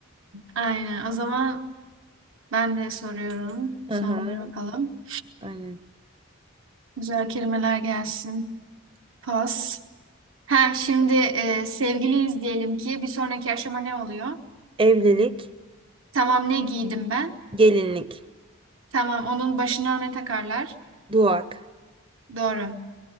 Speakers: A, on the right; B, on the right.
A: Aynen. O zaman ben de soruyorum. Son
B: Aha,
A: bir bakalım.
B: aynen.
A: Güzel kelimeler gelsin. Pas. Ha şimdi e, sevgiliyiz diyelim ki bir sonraki aşama ne oluyor?
B: Evlilik,
A: Tamam ne giydim ben?
B: gelinlik,
A: Tamam onun başına ne takarlar?
B: duak.
A: Doğru.